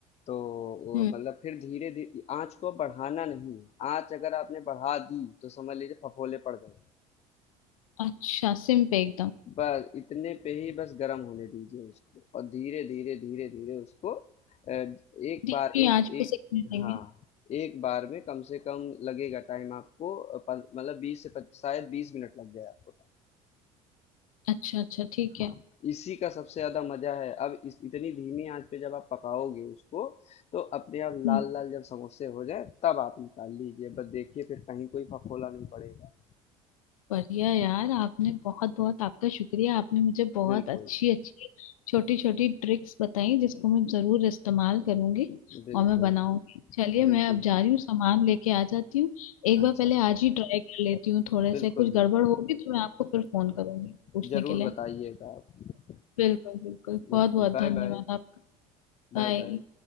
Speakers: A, on the left; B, on the left.
A: तो वो
B: हम्म,
A: मतलब फिर धीरे धी आँच को बढ़ाना नहीं है। आँच अगर आपने बढ़ा दी, तो समझ लीजिए फफोले पड़ जाएँगे।
B: अच्छा सिम पे एकदम
A: बस इतने पे ही बस गर्म होने दीजिए उसको और धीरे-धीरे, धीरे-धीरे उसको अ, एक
B: धीमी
A: बार एक
B: आंच पे
A: एक
B: सिकने देंगे
A: हाँ, एक बार में कम से कम लगेगा टाइम आपको अ, पन मतलब 20 से पच शायद 20 मिनट लग जाए आपको।
B: अच्छा अच्छा ठीक
A: हाँ
B: है
A: इसी का सबसे ज़्यादा मज़ा है। अब इस इतनी धीमी आँच पे जब आप पकाओगे उसको, तो अपने आप लाल-लाल
B: हम्म
A: जब समोसे हो जाएँ तब आप निकाल लीजिए। बस देखिए फिर कहीं कोई फफोला नहीं पड़ेगा।
B: बढ़िया यार आपने बहुत बहुत आपका शुक्रिया आपने मुझे बहुत
A: बिल्कुल,
B: अच्छी अच्छी छोटी छोटी ट्रिक्स बताई जिसको मैं जरूर इस्तेमाल करूंगी
A: बिल्कुल,
B: और मैं बनाऊंगी चलिए
A: बिल्कुल।
B: मैं अब जा रही हूँ सामान लेके आ जाती हूँ एक
A: अच्छा,
B: बार पहले
A: अच्छा।
B: आज ही ट्राई कर लेती हूँ थोड़े
A: बिल्कुल,
B: से कुछ
A: बिल्कुल।
B: गड़बड़ होगी तो मैं आपको फिर फोन करूंगी पूछने
A: ज़रूर
B: के लिए
A: बताइएगा आप।
B: बिल्कुल बिल्कुल बहुत
A: बिल्कुल,
B: बहुत
A: बाय-बाय।
B: धन्यवाद आपका
A: बाय-बाय।
B: बाय